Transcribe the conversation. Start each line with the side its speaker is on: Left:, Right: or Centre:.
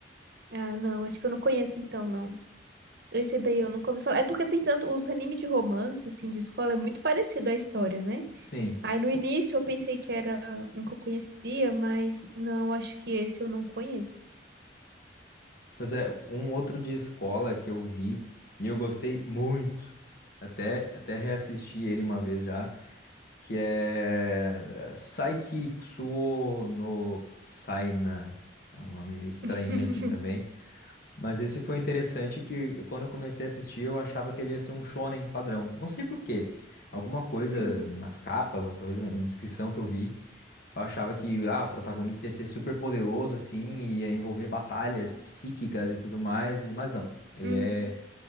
Right: Ah, não, acho que eu não conheço então, não. Esse daí eu nunca ouvi falar. É porque tem tanto, os animes de romance, assim, de escola, é muito parecido a história, né?
Left: Sim.
Right: Aí no início eu pensei que era um que eu conhecia, mas não, acho que esse eu não conheço.
Left: Pois é, um outro de escola que eu vi e eu gostei muito, até, até reassisti ele uma vez já, que é Saiki Kusuo no Saina. É um nome meio estranho
Right: <laughs>
Left: assim também. Mas esse foi interessante que eu- quando eu comecei a assistir, eu achava que ele ia ser um shonen padrão. Não sei por quê. Alguma coisa
Right: Uhum,
Left: nas capas, ou talvez na descrição que eu vi, eu achava que ah, o protagonista ia ser super poderoso assim, ia envolver batalhas psíquicas e tudo mais, mas não. Ele
Right: uhum.
Left: é